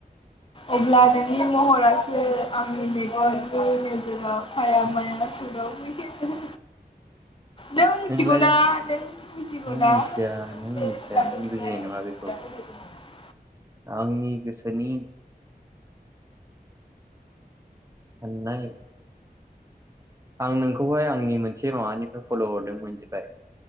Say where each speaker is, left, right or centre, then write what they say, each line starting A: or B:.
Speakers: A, on the left; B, on the right.
A: अब्ला नोंनि महरा आंनि मेगननि नोजोराव हाया माया सौदावफैयो। नों मिथिगौना
B: नोंलाय
A: नों बुजिगौना
B: नों मिथिया नों
A: <unintelligible>
B: मिथिया नों बुजिनाय नङा बेखौ आंनि गोसोनि साननाय। आं नोंखौहाय आंनि मोनसे माबानिफ्राय फल' हरदों मिथिबाय